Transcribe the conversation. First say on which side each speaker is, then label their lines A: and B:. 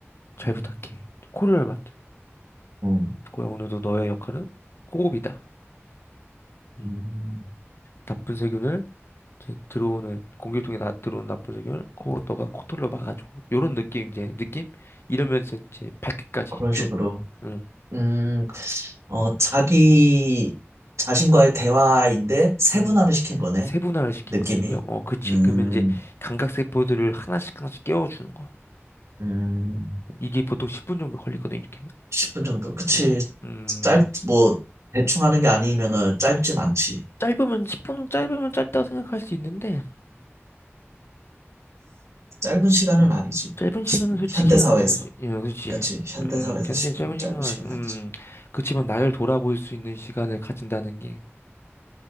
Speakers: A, on the left; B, on the right.
A: 잘
B: 음,
A: 부탁해. 코를 만져.
B: 어,
A: 음, 고야, 오늘도 너의 역할은 호흡이다. 음,
B: 음,
A: 나쁜 세균을, 이제 들어오는, 공기통에 나, 들어오는 나쁜 세균을, 코, 너가 코털로 막아줘. 요런 느낌, 이제, 느낌? 이러면서 이제 발끝까지
B: 그런
A: 쭉,
B: 식으로.
A: 음,
B: 음, 어, 자기 자신과의 대화인데 세분화를
A: 음,
B: 시킨 거네.
A: 세분화를 시킨
B: 느낌이.
A: 거지. 명, 어, 그치.
B: 음,
A: 그러면 이제 감각세포들을 하나씩 하나씩 깨워주는 거야.
B: 음,
A: 이게 보통 10분 정도 걸리거든, 이렇게 하면.
B: 10분 정도? 그치.
A: 음, 음.
B: 짧, 뭐, 대충 하는 게 아니면은 짧진 않지.
A: 짧으면 10분은 짧으면 짧다고 생각할 수 있는데
B: 짧은 시간은 아니지.
A: 짧은 시간은
B: 십 분
A: 솔직히
B: 현대사회에서.
A: 아닌 거지. 예, 그렇지.
B: 그치. 현대사회에서
A: 음, 현대
B: 10분은
A: 짧은
B: 짧은
A: 시간,
B: 시간
A: 음,
B: 아니지.
A: 그치만 나를 돌아볼 수 있는 시간을 가진다는 게